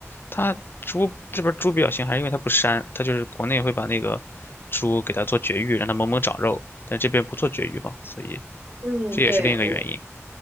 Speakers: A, on the left; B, on the right.
A: 它猪这边猪比较腥，还是因为它不膻，它就是国内会把那个猪给它做绝育，让它猛猛长肉，但这边不做绝育嘛，所以
B: 嗯，
A: 这也是另一个原因。
B: 对，我。